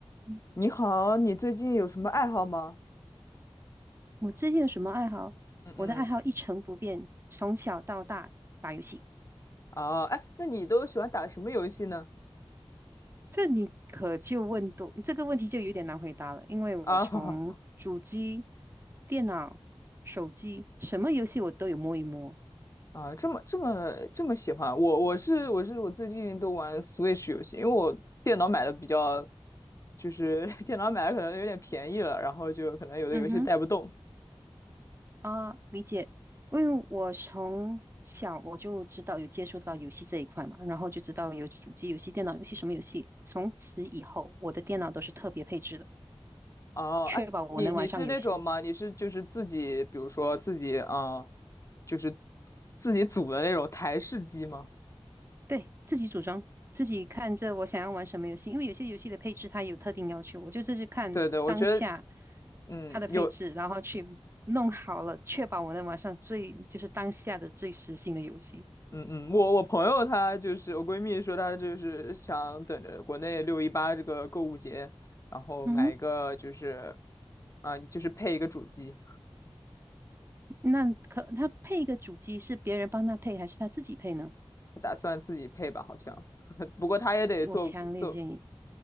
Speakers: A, on the right (about 25°); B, on the left (about 35°).
A: 嗯
B: 你好，你最近有什么爱好吗？
A: 我最近有什么爱好？
B: 嗯嗯，
A: 我的爱好一成不变，从小到大打游戏。
B: 哦，哎，那你都喜欢打什么游戏呢？
A: 这你可就问多，这个问题就有点难回答了，因为我从主机、
B: 啊 <laughs>
A: 电脑、手机，什么游戏我都有摸一摸。
B: 啊，这么这么这么喜欢我，我是我是我最近都玩 Switch 游戏，因为我电脑买的比较，就是 <laughs> 电脑买的可能有点便宜了，然后就可能有的游戏带不动。
A: 嗯哼，啊，理解。因为我从小我就知道有接触到游戏这一块嘛，然后就知道有主机游戏、电脑游戏什么游戏。从此以后，我的电脑都是特别配置的，
B: 哦，
A: 确保我能玩上游戏。
B: 哎，你你是那种吗？你是就是自己，比如说自己啊，呃就是自己组的那种台式机吗？
A: 对，自己组装，自己看着我想要玩什么游戏，因为有些游戏的配置它有特定要求，我就是去看当下
B: 对对，我觉得，嗯，
A: 它的配置，
B: 有
A: 然后去弄好了，确保我能玩上最就是当下的最时兴的游戏。
B: 嗯嗯，我我朋友她就是我闺蜜说她就是想等着国内六一八这个购物节，然后买一个就是
A: 嗯哼，
B: 啊、就是配一个主机，
A: 那可他配一个主机是别人帮他配还是他自己配呢？
B: 她打算自己配吧，好像。<laughs> 不过她也得做做，
A: 我强烈建议